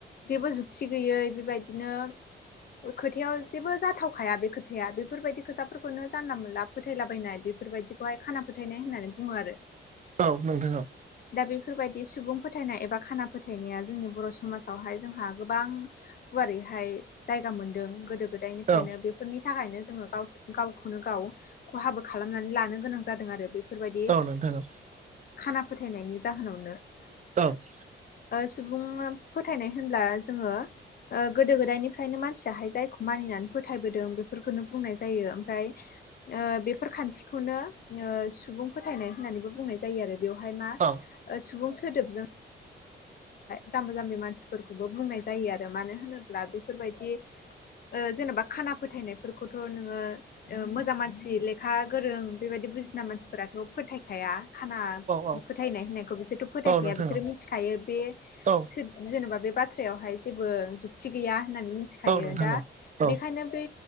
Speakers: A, on the left; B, on the right.
A: जेबो जुथि गैयै बेबायदिनो खोथायाव जेबो जाथावखाया बे खोथाया बेफोरबायदि खोथाफोरखौनो जानला-मोनला फोथायलाबायनाय बेफोरबायदिखौहाय खाना फोथायनाय होननानै बुङो आरो।
B: औ नोंथां औ
A: दा बेफोरबायदि सुबुं फोथायनाय एबा खाना फोथायनाया जोंनि बर' समाजावहाय जोंहा गोबां गुवारैहाय जायगा मोनदों गोदो गोदायनिफ्रायनो
B: औ
A: बे फोरनि थाखायनो जोङो गावखौनो गाव खहाबो खालामनानै लानो गोनां जादों आरो बे बेफोरबायदि
B: औ नोंथां औ
A: खाना फोथायनायनि जाहोनावनो।
B: <inaudible>
A: सुबुं फोथायनाय होनब्ला जोंङो ओगोदो-गोदायनिफ्रायनो मानसियाहाय जायखौ मानिनानै फोथायबोदों बेफोरखोनो बुंनाय जायो ओमफ्राय बेफोर खान्थिखौनो सुबुं फोथायनाय होननानैबो बुंनाय जायो। जायो आरो बेयावहाय
B: औ
A: मा
B: औ
A: सुबुं सोदोबजों जाम्बा जाम्बि मानसिफोरखौबो बुंनाय जायो आरो मानो होनोब्ला बेफोर बायदि जेन'बा खाना फोथायनायफोरखौथ' नोङो ओ मोजां मानसि लेखा गोरों बेबायदि बुजिना मानसिफोराथ' फोथाय खाया खाना
B: औ नोंथां औ
A: फोथायनाय होननायखौ बिसोरथ' फोथायखाया
B: औ नोंथां
A: बिसोरो
B: औ
A: मिथिखायो बे
B: औ।
A: जेनेबा बे बाथ्रायावहाय जेबो जुक्ति गैया होननानै मिथिखायो
B: औ औ नोंथां
A: दा
B: औ नोंथां औ नोंथां औ औ
A: बेखायनो बे